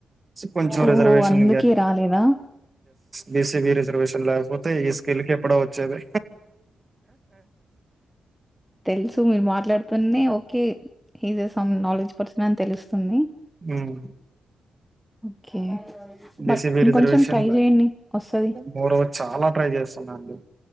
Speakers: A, on the right; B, in the centre.
A: కొంచెం
B: ఓహో
A: రిజర్వేషన్
B: అందుకే రాలేదా
A: బీసిబీ రిజర్వషన్ లా పోతయి ఈ స్కిల్ కి ఎప్పుడో వచ్చేది
B: తెలుసు మీరు మాట్లాడుతునే okay is some knowledge person అని తెలుస్త తుంది
A: ఉమ్
B: ఓకే
A: బిసీబీ
B: బట్ ఇంకొంచెం
A: రిజర్వేషన్
B: ట్రై
A: ల
B: చేయండి వస్తుంది
A: మూడ చాలా ట్రై చేస్తున్నాండి